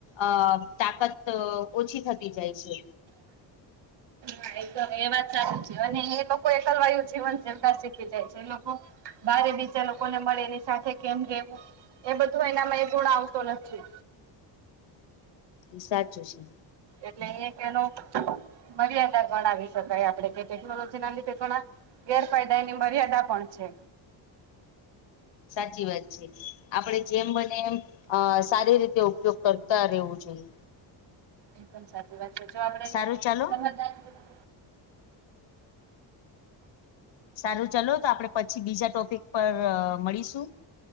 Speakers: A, on the left; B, on the right.
A: અ તાકત ઓછી થતી જાય છે.
B: હા એ વાત સાચી છે અને એ લોકો એકલવાયું જીવન જીવતા શીખી જાય છે એ લોકો બારે બીજા લોકોને મળે એની સાથે કેમ કેમ એ બધું એનામાં એ ગુણ આવતો નથી.
A: સાચું છે.
B: એટલે એક એનો મર્યાદા ગણાવી શકાય આપડે કે ટેકનોલોજીના લીધે ઘણા ગેરફાયદા એની મર્યાદા પણ છે.
A: સાચી વાત છે આપડે જેમ બને એમ. અ સારી રીતે ઉપયોગ કરતા રેવું જોઈએ.
B: એકદમ સાચી વાત છે જો આપડે એનુ
A: સારું ચાલો
B: સમજદારીપૂર્વક
A: સારું ચાલો તો આપડે પછી બીજા ટોપિક પર મળીશું.